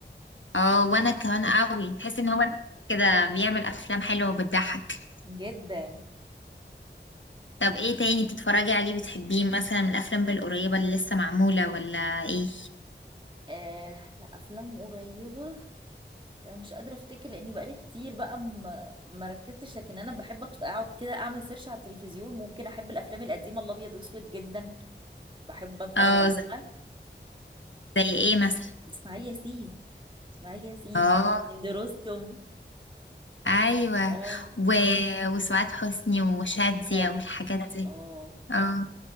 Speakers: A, on the left; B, on the right.
A: اه وانا كمان قوي تحس ان هو كده بيعمل افلام حلوة وبتضحك
B: جدا
A: طب ايه تاني بتتفرجي عليه بتحبيه مثلا من الافلام القريبة اللي لسه معمولة ولا ايه
B: آه لا افلام قريبة انا مش قادره افتكر لاني بقالي كتير بقى ما ما ركزتش لكن انا بحب أط- اقعد كده اعمل سيرش على التلفزيون ممكن احب الافلام القديمه الابيض واسود جدا بحب اتفرج
A: اه
B: عليها
A: زي زي ايه مثلا
B: اسماعيل ياسين اسماعيل ياسين
A: اه
B: هند رستم
A: ايوه
B: اه
A: و... وسعاد حسني وشادية
B: كان
A: والحاجات دي
B: اه
A: اه